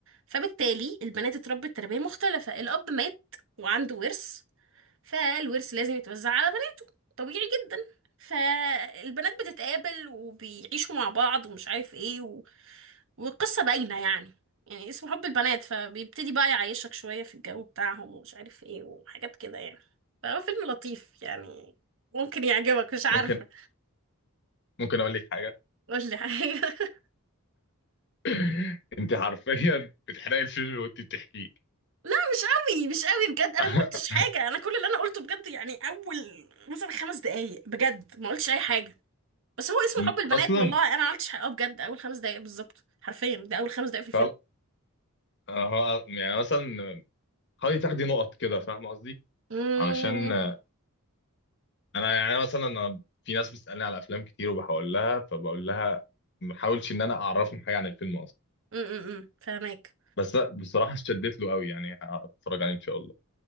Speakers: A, on the right (about 60°); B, on the left (about 50°).
A: فبالتالي البنات اتربت تربيه مختلفه الاب مات وعنده ورث فالورث لازم يتوزع على بنات طبيعي جدا فالبنات بتتقابل وبيعيشوا مع بعض ومش عارف ايه و... والقصة باينة يعني يعني اسمه حب البنات فبيبتدي بقى يعيشك شوية في الجو بتاعهم ومش عارف ايه وحاجات كده يعني فهو فيلم لطيف يعني ممكن يعجبك مش عارفة
B: ممكن ممكن أقول لك حاجة
A: قول لي حاجة <laughs>
B: <laughs> أنت حرفيا بتحرقي الفيلم وأنت بتحكيه
A: لا مش قوي مش قوي بجد انا
B: <laughs>
A: ما قلتش حاجة انا كل اللي انا قلته بجد يعني اول مثلا خمس دقايق بجد ما قلتش اي حاجة بس هو اسمه
B: م-
A: حب البنات
B: اصلا
A: والله انا ما عملتش حقها بجد اول خمس دقايق بالظبط حرفيا ده اول خمس دقايق في الفيلم
B: فعلا هو يعني مثلا حاولي تاخدي نقط كده فاهم قصدي
A: امم
B: علشان آه، انا يعني مثلا انا في ناس بتسالني على افلام كتير وبحاول لها فبقول لها ما حاولش ان انا اعرفهم حاجه عن الفيلم اصلا
A: امم فهماك
B: بس لأ، بصراحه اشتدت له قوي يعني هتفرج عليه ان شاء الله